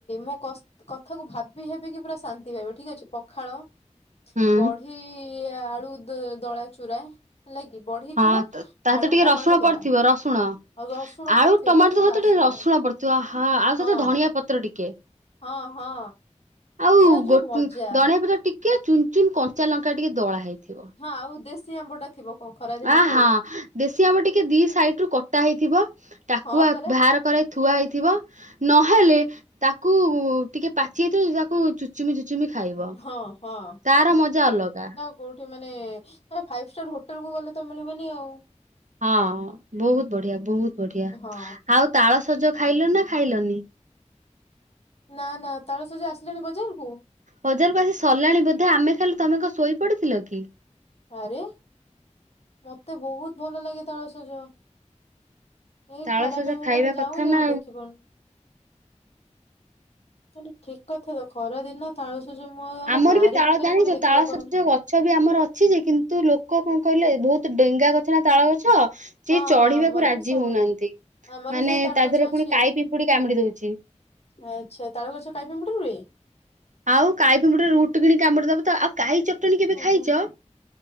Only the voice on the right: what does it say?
ହୁଁ
ହଁ
ତା
ତ ଟିକେ
ରସୁଣ
ପଡିଥିବ ରସୁଣ
ଆଳୁ
ଟମାଟୋ
ସହିତ
ଟିକେ ରସୁଣ ପଡିଥିବ ଆହା ଆଉ ସହିତ
ଧଣିଆ ପତ୍ର ଟିକେ
ଆଉ
ଗୋ
ଦଣିଆ ପତ୍ର ଟିକେ ଚୁନ୍ ଚୁନ୍ କଞ୍ଚା ଲଙ୍କା ଟିକେ ଦଳା ହେଇଥିବ।
ଆ
ହଁ
ଦେଶୀ ଆମ୍ବ ଟିକେ ଦି ସାଇଡ ରୁ କଟା ହେଇଥିବ। ଟାକୁଆ
ବାହାର କରାଇ ଥୁଆ ହେଇଥିବ ନହେଲେ ତା ତାକୁ ଟିକେ ପାଚି ଯାଇଥିବ ତାକୁ ଚୁ ଚୁଚୁମି ଚୁଚୁମି ଖାଇବ
ତାର ମଜା ଅଲଗା।
ହଁ ବହୁତ ବଢିଆ ବହୁତ ବଢିଆ
ଆଉ ତାଳସଜ ଖାଇଲନା ଖାଇଲନି?
ବଜାରକୁ ଆସି ସାରିଲାଣି ବୋଧେ ଆମେ ଖାଇଲୁ ତମେ କଣ ଶୋଇ ପଡିଥିଲ କି।
ତାଳ
ସଜ
ଖାଇବା
କଥା ନା
ଆମର
ବି ତାଳ
ଜାଣିଛ
ତାଳ ସଜ
ଗଛ ବି ଆମର ଅଛି ଯେ କିନ୍ତୁ ଲୋକ କଣ କହିଲେ ବହୁତ ଡେଙ୍ଗା ଗଛ ନା ତାଳ ଗଛ। ସିଏ
ଚଢିବାକୁ
ରାଜି
ହଉନାହାଁନ୍ତି
ମାନେ
ତା
ଦେହରେ
ପୁଣି କାଇ ପିମ୍ପୁଡି କାମୁଡି ଦଉଛି।
ଆଉ କାଈ ପିମ୍ପୁଡ଼ି ରୁଟ୍ କିଣି କାମୁଡ଼ି ଦବ ତ ଆଉ କାଈ ଚଟଣି କେବେ
ଖାଇଚ?